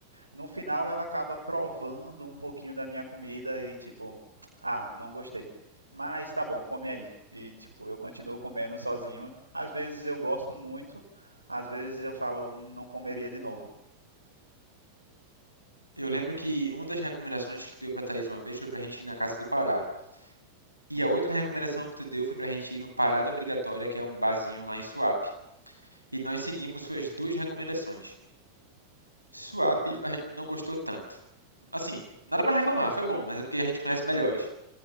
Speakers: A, on the right; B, on the left.
A: no final, ela acaba provando um pouquinho da minha comida e tipo, ah, não gostei. Mas tá bom, come aí. E tipo, eu continuo comendo sozinho. Às vezes eu gosto muito, às vezes eu falo, "Hum, não comeria de novo.
B: Eu lembro que uma das recomendações que tu deu para Thaís uma vez foi para a gente ir na Casa do Pará. E a outra recomendação que tu deu foi para a gente ir no Parada Obrigatória, que é um barzinho lá em Suape. E nós seguimos suas duas recomendações. Swap a gente não gostou tanto. Assim, nada pra reclamar, foi bom, mas é porque a gente conhece melhores.